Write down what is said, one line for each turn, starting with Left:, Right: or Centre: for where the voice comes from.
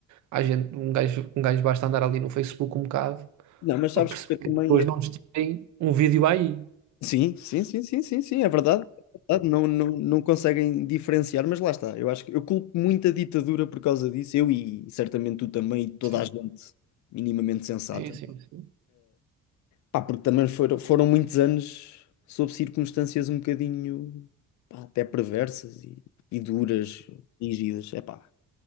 Right: há gente, um gajo, um gajo basta andar ali no Facebook um bocado
Left: não, mas sabes
Right: para perceber
Left: que eu
Right: que
Left: também
Right: as pessoas não nos um vídeo aí.
Left: Sim, sim, sim, sim, sim, sim, é verdade. é verdade, Não, não, não conseguem diferenciar, mas lá está. Eu acho que eu culpo muito a ditadura por causa disso, eu e certamente tu também, e toda
Right: Sim,
Left: a gente minimamente sensata.
Right: sim, sim, sim,
Left: Pá, porque também foram, foram muitos anos sob circunstâncias um bocadinho, pá, até perversas e, e duras, rígidas. É pá,